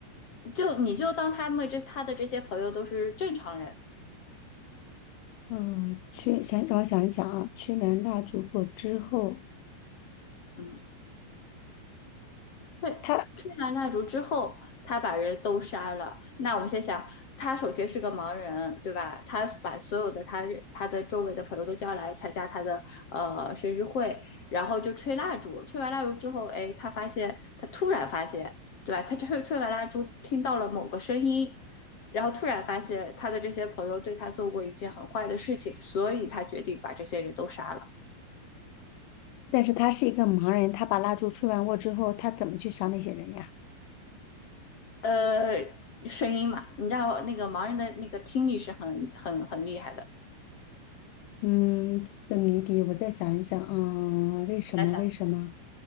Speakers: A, on the left (about 40°); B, on the left (about 85°).
A: 就你就当他们这他的这些朋友都是正常人。
B: 嗯，去先让我想一想啊，吹完蜡烛过之后，
A: 嗯，对，
B: 他，
A: 吹完蜡烛之后，他把人都杀了。那我们先想，他首先是个盲人，对吧？他把所有的他认他的周围的朋友都叫来参加他的呃生日会，然后就吹蜡烛。吹完蜡烛之后，哎，他发现他突然发现，对吧？他吹吹完蜡烛，听到了某个声音，然后突然发现他的这些朋友对他做过一件很坏的事情，所以他决定把这些人都杀了。
B: 但是他是一个盲人，他把蜡烛吹完过之后，他怎么去杀那些人呀？
A: 呃，声音嘛，你知道那个盲人的那个听力是很很很厉害的。
B: 嗯，的谜底我再想一想，嗯，为什么？
A: 来想，
B: 为什么？